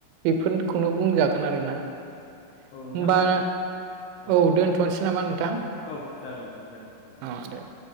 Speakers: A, on the right; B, on the left.
A: बेफोनखौनो
B: औ
A: बुंजागोन आरोना
B: औ
A: होमबा
B: औ औ नोंथां
A: औ
B: औ
A: दोनथ'नोसै नामा नोंथां?
B: औ जागोन नोंथां जागोन जागोन
A: अ दे। <inaudible>